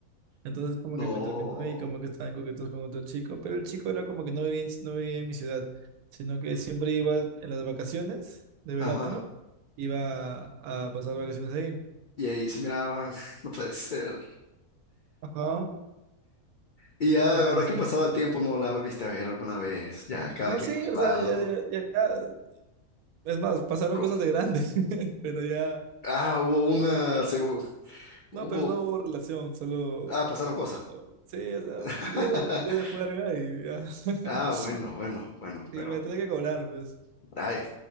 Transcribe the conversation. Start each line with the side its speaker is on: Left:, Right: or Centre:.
Right: Entonces como
Left: No.
Right: que me terminó y como que estaban coquetos con otro chico, pero el chico era como que no vivía en, no vivía en mi ciudad, sino que siempre iba en las vacaciones de verano,
Left: Ajá.
Right: iba a, pasar vacaciones ahí.
Left: Y ahí se miraban, <laughs> no puede ser.
Right: Ajá.
Left: Y ya,
Right: Entonces,
Left: ahora que ha pasado el tiempo, no la volviste a ver alguna vez. Ya, cada
Right: no,
Left: quien
Right: sí,
Left: por su
Right: o sea,
Left: lado.
Right: ya, ya, ya- ya- es más, pasaron
Left: Con-
Right: cosas de grandes, <laughs> pero ya,
Left: Ah, hubo una,
Right: pero
Left: seguro.
Right: no, no,
Left: Hubo...
Right: pero no hubo relación, solo,
Left: Ah, pasaron cosas.
Right: coqueto. sí, o sea,
Left: <laughs>
Right: un día, de un día de juerga y ya, <laughs>
Left: Ah,
Right: sí,
Left: bueno, bueno, bueno,
Right: me
Left: pero.
Right: tenía que cobrar, pues.
Left: Ay,